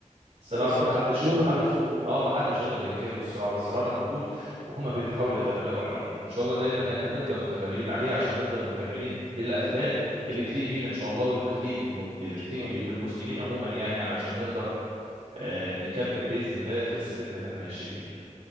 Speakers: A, on the right; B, on the right.
A: الصراع
B: بس
A: ده محدش
B: اخلاقه
A: محدش
B: اللي بترد تاني
A: اه محدش يقدر ينكره الصراع ده الصراع ده موجود وهما بيحاولوا يتغلبوا عليه وان شاء الله دايما احنا نفضل
B: دي
A: متغلبين عليه عشان نفضل مكملين بالاخلاق
B: حاجة. ان
A: اللي
B: شاء
A: تليق
B: الله
A: بينا ان شاء الله واللي تليق بالم... بتليق
B: إن شاء
A: بالمسلمين
B: الله.
A: عموما يعني علشان نقدر آه، نكمل باذن الله في رسالتنا اللي احنا عايشين بيها